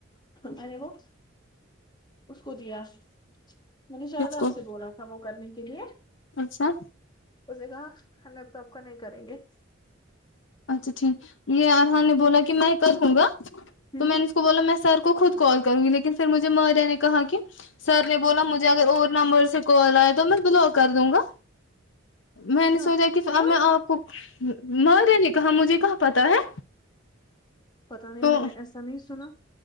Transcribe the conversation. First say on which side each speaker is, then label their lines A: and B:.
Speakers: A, on the left; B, on the left.
A: میں نے وہ اس کو دیا میں نے شاید
B: اس کو
A: آپ سے بولا تھا وہ کرنے کے لیے
B: اچھا
A: اس نے کہا ہم لوگ تو آپ کا نہیں کریں گے
B: اچھا ٹھیک یہ ارحان نے بولا کہ میں کروں گا تو
A: ہوں
B: میں نے کو بولا میں سر کو خود کال کروں گی لیکن پھر مجھے ماریا نے کہا کہ سر نے بولا مجھے اگر اور نمبر سے کال آیا تو میں بلاک کر دوں گا میں
A: اچھا
B: نے سوچا کہ
A: کیوں
B: اب میں آپ کو ماریا نے کہا مجھے کہاں پتا ہے
A: پتا نہیں
B: تو
A: میں نے ایسا نہیں سنا